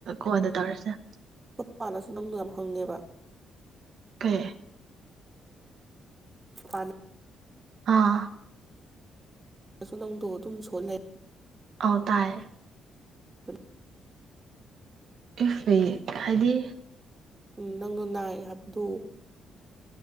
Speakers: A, on the right; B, on the right.
A: ꯀꯣꯟꯗ ꯇꯧꯔꯁꯦ
B: ꯄꯥꯟꯜꯅꯁꯨ ꯅꯪꯗꯣ ꯌꯥꯝ ꯍꯪꯉꯦꯕ
A: ꯀꯦ
B: ꯑꯅꯤ
A: ꯑꯥ
B: ꯁꯨ ꯅꯪꯗꯣ ꯑꯗꯨꯝ ꯁꯣꯂꯩ
A: ꯑ ꯇꯥꯏ
B: ꯂꯩꯔꯕ
A: <inaudible> ꯍꯥꯏꯕꯗꯤ
B: ꯎꯝ ꯅꯪꯗꯣ ꯅꯥꯏ ꯍꯥꯏꯕꯗꯨ